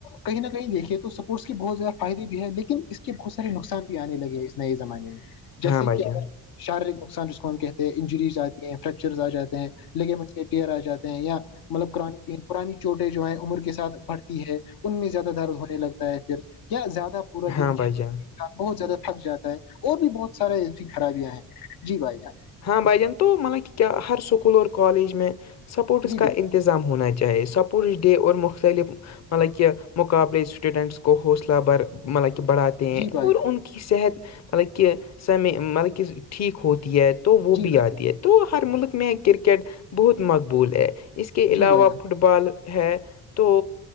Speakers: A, on the left; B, on the left.
A: کہیں نہ کہیں دیکھیے تو سپورٹس کے بہت زیادہ فائدے بھی ہے لیکن اس کے بہت سارے نقصان بھی آنے لگے نئے زمانے میں جیسے
B: ہاں بھائی
A: کہ
B: جان
A: شاریرک نقصان جس کو ہم کہتے ہیں انجریز آتی ہیں فریکچرز آ جاتے ہیں لیکن مجھ کے آ جاتے ہیں یا مطلب پرانی پرانی چوٹے جو ہے عمر کے ساتھ ب ہے ان میں زیادہ درد ہونے لگتا ہے پھر یا زیادہ پورا
B: ہاں
A: دن کھیل
B: بھائی جان
A: بہت زیادہ پ تھک جاتا ہے اور بھی بہت سارے ایسی خرابیاں ہیں جی بھائی جان
B: ہاں بھائی جان تو مطلب کہ کیا ہر سکول اور کالج میں سپورٹس
A: جی بالکل
B: کا انظ ہونا چاہے سپورٹس ڈے اور مختلف مطلب کہ مقابلے اسٹوڈنٹس کو حوصلہ بھر مطلب کہ بڑا ہیں
A: جی بھائی
B: اور
A: جان
B: ان کی صحت مطلب کہ سمے مطلب کہ ٹھیک ہوتی ہے تو وہ
A: جی
B: بھی
A: بھائی
B: آتی
A: جان
B: ہے تو ہر ملک میں کرکٹ بہت مقبول ہے اس کے علاوہ
A: جی بھائی جان
B: فٹ بال ہے تو